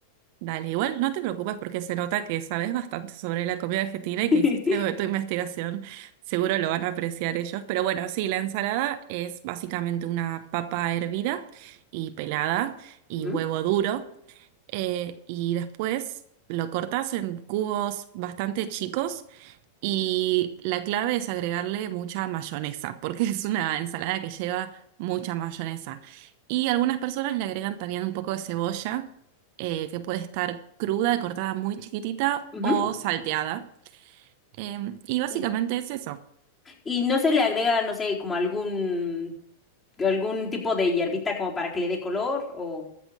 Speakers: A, on the right (about 55°); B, on the left (about 20°).
A: dale, igual no te preocupes porque se nota que sabes bastante sobre la comida argentina y
B: <laughs>
A: que hiciste tu investigación. Seguro lo van a apreciar ellos. Pero bueno, sí, la ensalada es básicamente una papa hervida y pelada y
B: Ujú,
A: huevo duro. eh, y después lo cortas en cubos bastante chicos Y la clave es agregarle mucha mayonesa, porque <laughs> es una ensalada que lleva mucha mayonesa. Y algunas personas le agregan también un poco de cebolla, eh, que puede estar cruda y cortada muy chiquitita
B: ujú.
A: o salteada. Em, y básicamente
B: Y,
A: es eso.
B: y no se le agrega, no sé, como algún, algún tipo de hierbita como para que le dé color o,